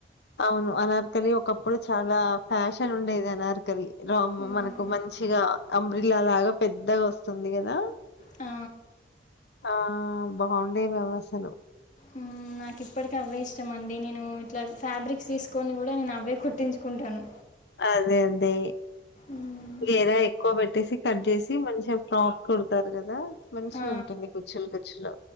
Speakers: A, on the left; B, on the left.
A: అవును అనార్కలి ఒకప్పుడు చాలా ప్యాషన్ ఉండేది అనార్కలి రామ్
B: ఉమ్,
A: మనకు మంచి చిగా అంబ్రిల్లా లాగా పెద్దగా వస్తుంది కదా
B: ఆ
A: ఆ బాగుండేవి అవి అసలు
B: ఉమ్, నాకు ఇప్పటికి అవే ఇష్టం అండి నేను ఇట్లా ఫ్యాబ్రిక్స్ తీసుకొని కూడా నేను అవే కుట్టించుకుంటాను
A: అదే అదే
B: ఉమ్,
A: గేర ఎక్కువ పెట్టేసి కట్ చేసి మంచిగా ఫ్రాక్ కుడతారు కదా మంచిగా
B: ఆ,
A: ఉంటుంది కూర్చి లు కుచ్చులు